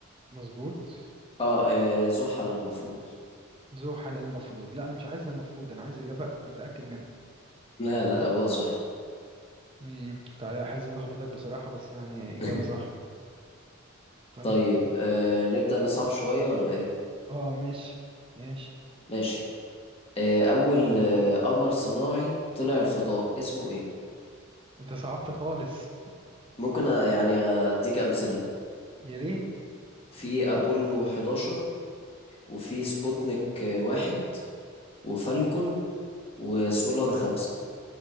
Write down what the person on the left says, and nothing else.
اه آه، زحل المفروض
لا لا هو زحل
<laughs>
طيب آه نبدأ نصعب شوية ولا ايه
ماشي آه أول آه قمر صناعي طلع الفضاء اسمه ايه
ممكن أ- يعني أديك أمثلة
في أبولو 11 وفي سبوتنيك آه، واحد وفالكون وسولار خمسة